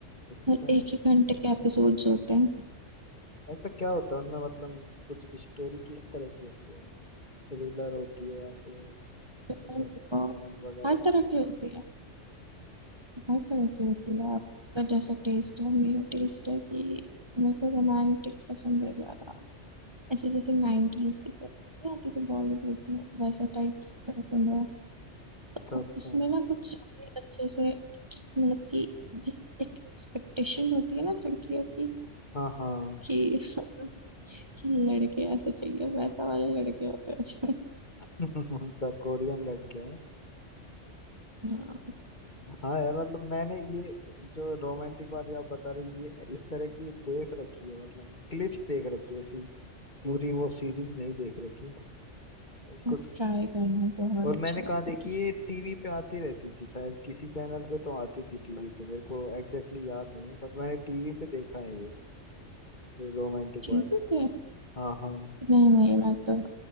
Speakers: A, on the left (about 40°); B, on the right (about 20°).
A: अच्छा
B: और एक ही घंटे के एपिसोड्स होते हैं
A: ऐसा क्या होता है उनमें मतलब कुछ स्टोरी किस तरह की होती है थ्रिलर होती है या फिर
B: तो
A: ऐसा क्राइम वगैरह
B: हर तरह
A: अच्छा
B: की होती है हर तरह की होती है आपका जैसा टेस्ट है मेरा टेस्ट है कि मेरे को रोमांटिक पसंद है ज्यादा ऐसे जैसे नाइनटीज की फिल्म नहीं आती थी बॉलीवुड में वैसा टाइप्स पसंद है अब
A: अच्छा अच्छा
B: उसमें ना कुछ ज्यादा ही अच्छे से मतलब कि जि- एक एक्सपेक्टेशन होती है ना लड़कियों की
A: हाँ हाँ
B: कि <laughs> कि लड़के ऐसे चाहिए वैसा वाले लड़के होते हैं उसमें
A: <laughs> अच्छा कोरियन लड़के हैं
B: हाँ
A: हाँ यार मतलब मैंने ये जो रोमांटिक वाली आप बता रहे हो ये इस तरह की देख रखी है मतलब क्लिप्स देख रखी है ऐसी पूरी वो सीरीज नहीं देख रखी कुछ
B: आप ट्राई करना बहुत
A: और मैंने
B: अच्छी होती
A: कहा देखी
B: है
A: ये टीवी पे आती रहती थी शायद किसी चैनल पे तो आती थी टीवी पे मेरे को एग्जैक्टली exactly याद नहीं है बट मैंने टीवी पे देखा है ये रोमांटिक
B: ठीक
A: वाले
B: है
A: हाँ हाँ
B: नहीं नहीं मैं तो